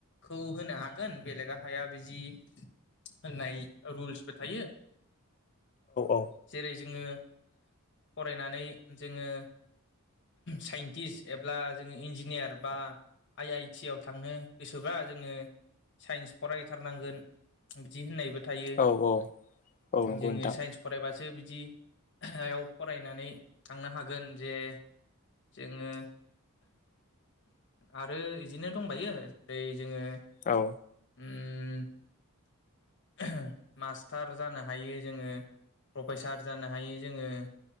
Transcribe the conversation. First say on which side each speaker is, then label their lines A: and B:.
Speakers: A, on the left; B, on the left.
A: खौ होनो हागोन बेलेग हाया बिदि होननाय रुल्सबो थायो।
B: औ
A: जेरै जोङो फरायनानै जोङो साइन्टिस्ट एब्ला जोङो इन्जिनियार बा आइ-आइ टि आव थांनो गोसोबा जोङो साइन्स फरायथारनांगोन बिदि होननायबो थायो
B: औ औ औ नंगौ
A: जोङो
B: नोंथां
A: साइन्स फरायबासो ब बिदियाव फरायनानै थांनो हागोन जे जोङो आरो बिदिनो दंबायो जोङो
B: औ
A: ओम ओहो मास्टार जानो हायो जोङो प्रफेसार जानो हायो जोङो